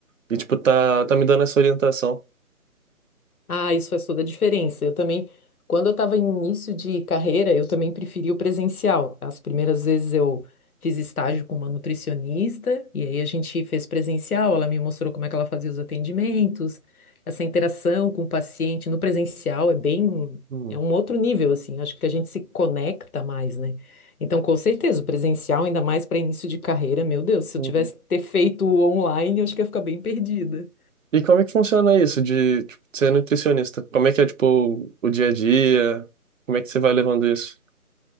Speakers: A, on the right; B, on the left.
A: E, tipo, tá, tá me dando essa orientação.
B: Ah, isso faz toda a diferença. Eu também, quando eu estava em início de carreira, eu também preferi o presencial. As primeiras vezes eu fiz estágio com uma nutricionista, e aí a gente fez presencial, ela me mostrou como é que ela fazia os atendimentos, essa interação com o paciente no presencial é bem,
A: Hum,
B: é um outro nível, assim, acho que a gente se conecta mais, né? Então, com certeza, o presencial, ainda mais para início de carreira, meu Deus, se
A: uhum.
B: eu tivesse ter feito o online, eu acho que ia ficar bem perdida.
A: E como é que funciona isso de, tipo, ser nutricionista? Como é que é, tipo, o dia a dia? Como é que você vai levando isso?